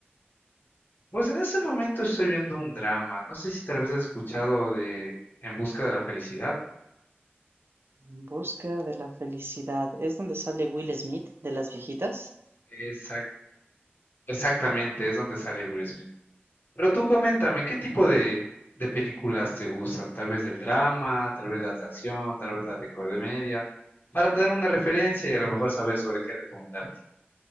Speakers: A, on the left; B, on the right.
A: pues en este momento estoy viendo un drama. No sé si tal vez has escuchado de En busca de la felicidad.
B: En busca de la felicidad. ¿Es donde sale Will Smith de las viejitas?
A: Exact- exactamente, es donde sale Will Smith. Pero tú coméntame, ¿qué tipo de, de películas te gustan? Tal vez del drama, tal vez las de acción, tal vez las de comedia, para tener una referencia y a lo mejor saber sobre qué recomendarte.